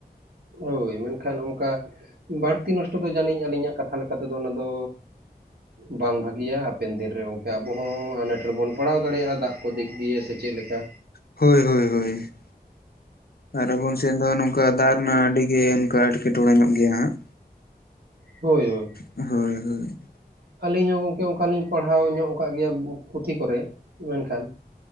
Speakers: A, on the right; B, on the left.
A: ᱦᱳᱭ ᱢᱮᱱᱠᱷᱟᱱ ᱚᱱᱠᱟ ᱵᱟᱹᱲᱛᱤ ᱱᱚᱥᱴᱚ ᱫᱚ ᱡᱟᱹᱱᱤᱡ ᱟᱹᱞᱤᱧᱟᱜ ᱠᱟᱛᱷᱟ ᱞᱮᱠᱟᱛᱮᱫᱚ ᱚᱱᱟ ᱫᱚ ᱵᱟᱝ ᱵᱷᱟᱹᱜᱤᱭᱟ ᱦᱟᱯᱮᱱ ᱫᱤᱱ ᱨᱮ ᱜᱚᱝᱠᱮ ᱟᱵᱚᱦᱚᱸ ᱟᱱᱟᱴ ᱨᱮᱵᱚᱱ ᱯᱟᱲᱟᱣ ᱫᱟᱲᱮᱟᱜᱼᱟ ᱫᱟᱜᱽ ᱠᱚ ᱫᱤᱠ ᱫᱤᱭᱟᱹ ᱥᱮ ᱪᱮᱫ ᱞᱮᱠᱟ᱾
B: ᱦᱳᱭ ᱦᱳᱭ ᱦᱳᱭ᱾ ᱟᱨ ᱟᱵᱚᱱ ᱥᱮᱱ ᱫᱚ ᱱᱚᱝᱠᱟ ᱫᱟᱜᱽ ᱨᱮᱱᱟᱜ ᱟᱹᱰᱤ ᱜᱮ ᱚᱱᱠᱟ ᱮᱴᱠᱮᱴᱚᱸᱬᱮ ᱧᱚᱜ ᱜᱮᱭᱟ ᱦᱟᱸᱜ᱾
A: ᱦᱳᱭ ᱦᱳᱭ,
B: ᱦᱳᱭ ᱦᱳᱭ
A: ᱟᱹᱞᱤᱧ ᱦᱚᱸ ᱜᱚᱝᱠᱮ ᱚᱱᱠᱟᱞᱤᱧ ᱯᱟᱲᱦᱟᱣ ᱧᱚᱜ ᱠᱟᱜ ᱜᱮᱭᱟ ᱵᱩᱠ ᱯᱩᱛᱷᱤ ᱠᱚᱨᱮ ᱢᱮᱱᱠᱷᱟᱱ